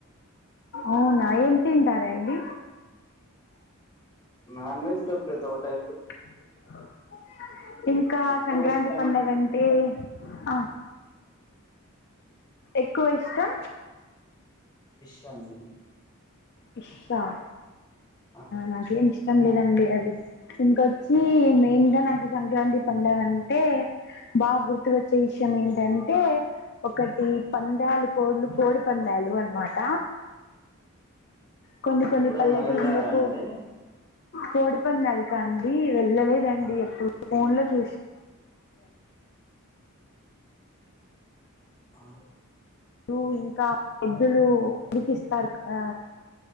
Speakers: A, on the left; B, on the left.
A: అవునా ఏం తింటారండి
B: నాన్ వెజ్ లో ప్రిత ఒకటె
A: అ ఇంకా
B: ఎక్కువ
A: సంక్రాంతి
B: ఇష్టం
A: పండగ అంటే ఆ ఎక్కువ ఇష్టం
B: ఫిష్ ఆ అండి
A: ఫిష్ ఆ
B: ఆ,
A: నాకేం ఇష్ట ష్టం లేదండి అది ఇంకొచ్చి మెయిన్గా నాకు సంక్రాంతి పండగ అంటే బాగా గుర్తుకొచ్చే విషయం ఏంటంటే ఒకటి పందాలు కోడ్లు కోడి పందాలు అనమాట కొన్ని కొన్ని
B: ఎప్పుడన్నా
A: పల్లెటూళ్ళకు
B: వెళ్ళారా అండి
A: కోడిపందాలుకా అండి వెళ్ళలేదండి
B: ఆ
A: అప్పుడు ఫోన్లో <inaudible>
B: ఆ
A: లు ఇంకా <inaudible> ఉడికిస్తారు కదా